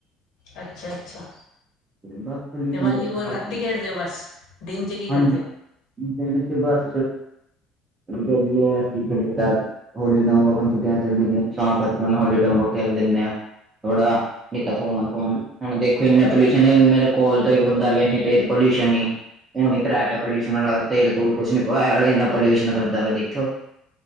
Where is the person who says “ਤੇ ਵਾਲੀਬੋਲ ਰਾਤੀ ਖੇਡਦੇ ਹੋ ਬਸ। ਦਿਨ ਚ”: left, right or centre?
Left